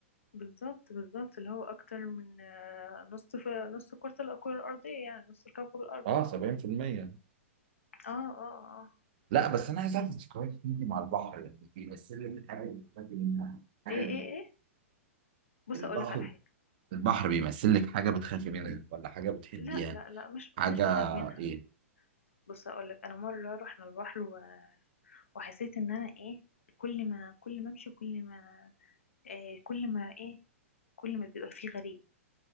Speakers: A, on the left; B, on the right.
A: بالظبط بالظبط اللي هو اكتر من آه، نص في نص كرة الكرة الارضية يعني نص كوكب الارض
B: اه 70%
A: اه اه اه
B: لا بس انا عايز اعرف ذكرياتك انت مع البحر يعني بيمثل لك حاجه بتخافي منها حاجه
A: ايه ايه ايه بص
B: البحر
A: اقولك على حاجة
B: البحر بيمثل لك حاجه بتخافي منها ولا حاجه بتحبيها
A: لا لا لا مش
B: حاجه
A: مش بخاف منها
B: ايه
A: بص اقول لك انا مره رحنا البحر و... وحسيت ان انا ايه كل ما كل ما امشي كل ما إيه كل ما ايه كل ما بيبقى فيه غريب